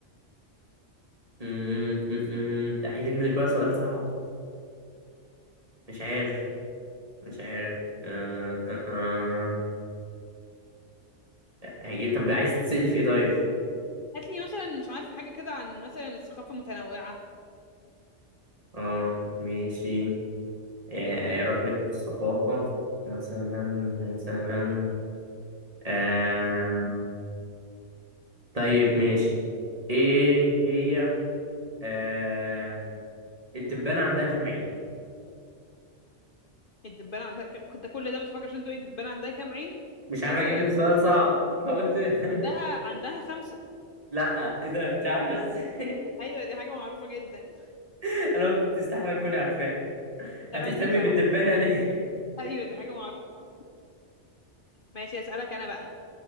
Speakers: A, on the right (about 30°); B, on the left (about 50°).
A: أمم، أمم. لا هجيب لك بقى سؤال صعب مش عارف مش عارف أه أه أه. هجيب طب عايز تسألي في ايه طيب
B: هاتلي مثلا مش عارفة حاجة كده عن مثلا الثقافة المتنوعة
A: اه ماشي يعني هيروح لك في الثقافة مثلا مثلا آه... طيب ماشي ايه هي آه... الدبانة عندها كام عين
B: الدبانة عندها ك- كنت كل ده بتفكر عشان تقولي الدبانة عندها كام عين
A: مش عارف
B: مثلا
A: اجيب لك سؤال صعب فقلت <laughs>
B: عندها عندها خمسة
A: لا ايه ده انت عارفه ازاي
B: أيوة دي حاجة معروفة جدا
A: <laughs> انا قلت تستحمل تكوني عارفاه هتهتمي
B: <laughs> تمانية سبعة
A: بالدبانه ليه <laughs>
B: أيوة دي حاجة معروفة ماشي أسألك أنا بقى